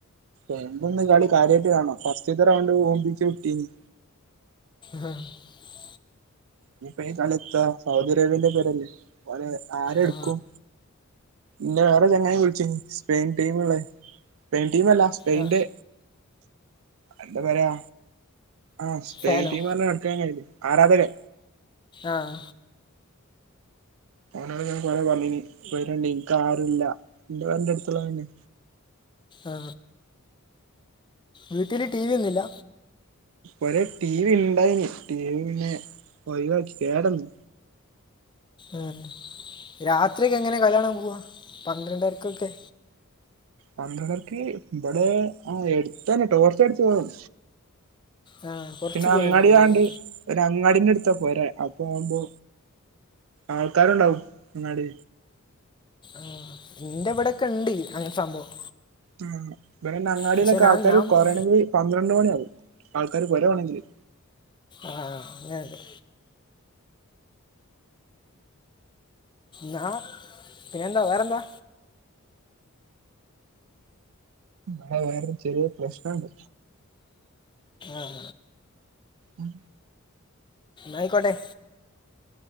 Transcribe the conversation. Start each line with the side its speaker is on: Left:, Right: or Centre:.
Right: എന്ത്ന്ന് കളി കാര്യായിട്ട് കാണണം ഫസ്റ്റ്ത്തെറൗണ്ട് ഓമ്പിച്ച് വിട്ടീനി
Left: <inaudible>
Right: ഇനിപ്പ ഈ കളിത്ത സൗദി അറേബ്യന്റെ പേരല്ലേ ഓലെ ആരെടുക്കും
Left: ആ
Right: ഇനെവേറൊരു ചങ്ങായി വിളിച്ചീനു. സ്പെയിൻ ട്ടീമ്ള്ളേ സ്പെയി ഇവല്ല സ്പെയ്ൻടെ
Left: ആ
Right: എന്താ പറയാ ആഹ സ്പെയിൻടീംപറഞ്
Left: ഫാനോ
Right: നടക്കാൻ കഴിയിലെ ആരാധകരെ
Left: ആഹ
Right: ഓനോട് ഞ കൊറെ പറഞ്ഞിന് വരണ്ടെയ് എൻക്കാരുല്ല എന്റെ വന്ടെ അടുത്തുള്ള തന്നെ
Left: ആ വീട്ടില് ടി വി ഒന്നില്ല.
Right: ഒരെ ടി വി ഇണ്ടായിന് ടി വി പിന്നെ ഒയിവാകി കേടന്ന്.
Left: ഉം രാത്രിയൊക്കെ എങ്ങനെ കളികാണാൻ പോവാ പന്ത്രണ്ടരക്കൊക്കെ?
Right: പന്ത്രണ്ടര്ക്ക് ഇബടെ ആ എടുത്തന്നെ ട്ടോർച്ചടിച്ചു പോവാം.
Left: ആ കുറച്ച്
Right: പിന്നങ്ങട്ഗാണ്ട്
Left: പേര് ഉണ്ടാവുള്ളൂ അല്ലേ
Right: പിനഅങ്ങാടിന്റെ ടുത്താ പോരെ അപ്പൊ ആവുമ്പോ ആൾക്കാരുണ്ടാവും അങ്ങാട്
Left: ആ ഇന്റെ ഇവിടൊക്കെ ഇണ്ട്. അങ്ങനെ സംഭവം.
Right: ആ ഇവരന്നെ അങ്ങാടിലൊക്കെ
Left: പക്ഷെ ഞാൻ
Right: ആൾക്കാര്
Left: ഞാൻ പോ-
Right: കൊറയണെങ്കി പന്ത്രണ്ട് മണിയാവും. ആൾക്കാര് പോരവാണെങ്കില്
Left: ആഹ അങ്ങനെ ന്നാ പിന്നെന്താ വേറെന്താ?
Right: അത് വേറൊര് ചെറിയോര് പ്രശ്നണ്ട്.
Left: ആഹ
Right: ഉം
Left: ആയിക്കോട്ടെ.